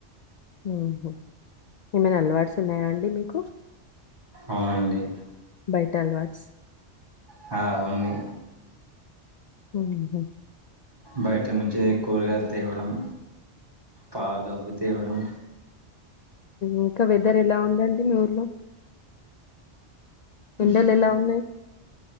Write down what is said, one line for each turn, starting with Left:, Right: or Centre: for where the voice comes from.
Left: ఊహు ఏమైనా అలవాట్స్ ఉన్నాయా అండి మీకు
Right: అవునండి
Left: ఏంటలవాట్స్
Right: హా ఉంది
Left: ఊహు
Right: బయట నుంచి కూరగాయలు తేవడం పాలు అవి తేవడం
Left: ఇంకా వెదర్ ఎలా ఉందండి మీ ఊర్లో
Right: ఉహు
Left: ఎండలు ఎలా ఉన్నాయి